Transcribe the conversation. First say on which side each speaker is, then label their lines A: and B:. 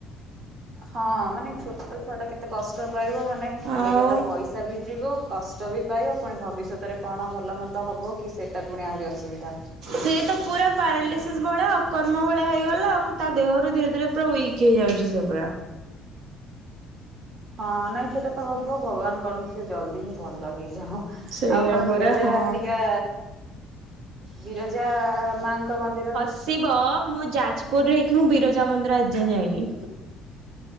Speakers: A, on the right; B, on the right.
A: ହଁ ମାନେ ଛୋଟ ଛୁଆ ଟା କେତେ କଷ୍ଟ ପାଇବ ମାନେ
B: ଆଉ
A: ଏକେ ତ ପଇସା ବି ଯିବ କଷ୍ଟ ବି ପାଇବ ପୁଣି ଭବିଷ୍ୟତରେ କଣ ଭଲମନ୍ଦ ହେବ କି ସେ ଟା ପୁଣି ଆହୁରି ଅସୁବିଧା।
B: ସିଏ ତ ପୁରା ପାରାଲିସିସ୍ ଭଳିଆ ଅକର୍ମ ଭଳିଆ ହେଇଗଲା ଆଉ ତା ଦେହରୁ ଧୀରେ ଧୀରେ ପୁରା ୱିକ୍। କିଏ ଯାଉଛି ସେ ପୁରା।
A: ହଁ ନାଇଁ ସେଟା ତ ହବ ଭଗବାନ କରନ୍ତୁ ସେ ଜଲଦି ହିଁ ଭଲ ହେଇ ଯାଉ ଆଉ
B: ସେଇଆ
A: ଆପଣ
B: ପରା
A: ବିରଜା
B: ହଁ।
A: ହେରିକା ବିରଜା ମାଙ୍କ ମନ୍ଦିର।
B: ଶିବ ମୁଁ ଯାଜପୁରରେ ହେଇକି ମୁଁ ବିରଜା ମନ୍ଦିର ଆଜିଯାଏ ଯାଇନି।